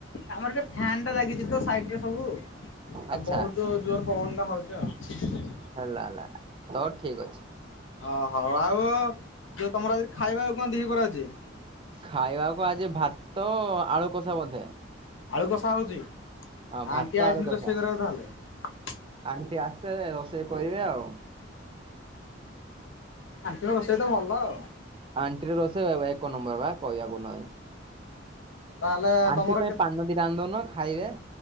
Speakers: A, on the left; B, on the right.
A: ଆମରେ ଫ୍ୟାନ ଟା ଲାଗିଛି ତ ସାଇଟ୍ ରେ ସବୁ। ଆ
B: ଆଚ୍ଛା
A: ବହୁତ୍ ଜୋ ଜୋର୍ ପବନ ଟା ହଉଛି ଆଉ‌।
B: ହେଲା ହେଲା ତୋର ଠିକ୍ ଅଛି।
A: ଓ ହଉ ଆଉ ଯୋଉ ତମର ଆଜି ଖାଇବା ଆଉ କଣ ଦି ପ୍ରହର ଆଜି?
B: ଖାଇବାକୁ ଆଜି ଭାତ ଆଳୁ କଷା ବୋଧେ।
A: ଆଳୁ କଷା ହଉଛି
B: ହଁ ଭାତ
A: ଆଣ୍ଟି ଆଇଥିଲେ
B: ଆଳୁ କଷା
A: ରୋଷେଇ କରିବାକୁ ତାହେଲେ।
B: ଆଣ୍ଟି ଆସିଲେ ରୋଷେଇ କରିବେ ଆଉ।
A: ଆଣ୍ଟି ଙ୍କ ରୋଷେଇ ତ ଭଲ ଆଉ।
B: ଆଣ୍ଟି ରୋଷେଇ ଏକ ନମ୍ବର ବା କହିବାକୁ ନାହିଁ।
A: ଓହୋ ତାହେଲେ
B: ଆଣ୍ଟି
A: ତମର
B: ପାଇଁ
A: କେ
B: ପାନ ଦିଟା ଆଣି ଦଉନ ଖାଇବେ।